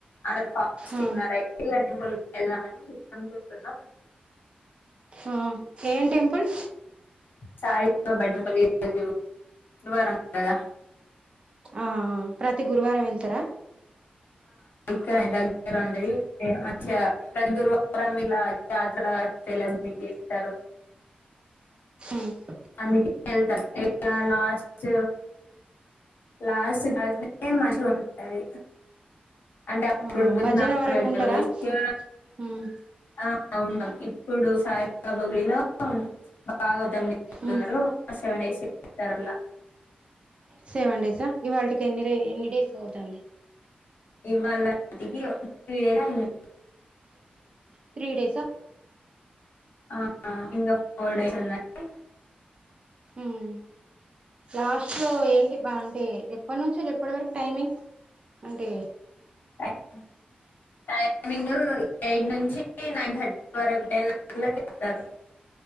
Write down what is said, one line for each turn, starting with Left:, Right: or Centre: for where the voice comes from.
Left: అదర్ పాస్
Right: ఆ
Left: రైటింపుల్ వెళ్దానని అనుకుంటున్నాం
Right: ఆమ్ ఏం టెంపుల్
Left: సాయి బాబా టెంపుల్ ఈ రోజు గురువారం కదా
Right: ఆ ఆ ప్రతి గురువారం వెళ్తారా
Left: ఇక్క దగ్గర ఉండది మంచిగా ప్రతి గురువారం ఇలా జాతర సెలబ్రేటీ చేస్తారు
Right: హామ్
Left: అందుకే వెళ్తారు ఏం కావాలా లాస్ట్ లాస్ట్ దానికే మంచిలు ఉంటాయి అంటే అప్పుడు
Right: ఆ
Left: గుళ్ళు
Right: భజన
Left: నానా
Right: వరకు
Left: పెడతారు
Right: ఉంటారా
Left: విష
Right: ఉమ్
Left: ఆ అ ఉన్నాం ఇప్పుడు సాయి బాబా గుడిలో బాగాతున్నారు
Right: ఉమ్
Left: హ్యవ్ ఎ న్రెస్ తరంలా
Right: సెవెన్ డేసా ఇవాటికి ఎన్ని ఎన్ని డేస్ అవుతుంది
Left: ఇవాళ్ళటికి త్రి డేస్ అయింది
Right: త్రీ డేస్ ఆ
Left: ఆ ఇంకా ఫోర్ డేస్ ఉన్నాయి
Right: ఉమ్ లాస్ట్ లో ఏంటి బాగుంట అంటే ఎప్పటి నుంచి ఎప్పటి వరకు టైమింగ్ అంటే
Left: టైం టైమింగ్ ఎయిట్ నుంచి నైన్ థర్టీ వరకు టెన్ అవర్లా చెప్తారు